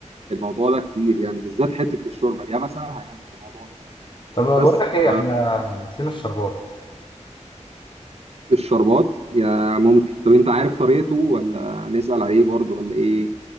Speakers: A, on the right (about 55°); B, on the left (about 40°).
A: الموضوع ده كتير يعني بالذات حته الشوربه دي انا بسالها يعني في الموضوع ده
B: طب ما
A: بس
B: بقول لك ايه
A: ف
B: احنا نسينا الشربات
A: الشربات يا ممكن طب انت عارف طريقته ولا نسأل عليه برضه ولا ايه